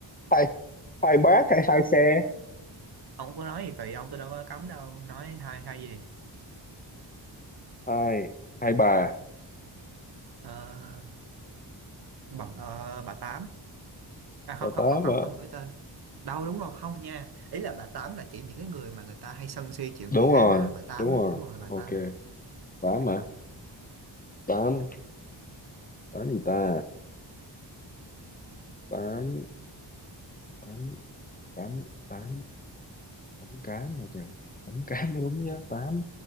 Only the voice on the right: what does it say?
ông cứ nói gì tùy ông tôi đâu có cấm đâu nói hai hai gì
ờ, bà, ờ, bà tám à không
không
không không
không được nói tên đâu đúng rồi không nha ý là bà tám là chỉ những cái người mà người ta hay sân si chuyện người
khác
á bà tám
á
đúng rồi bà
tám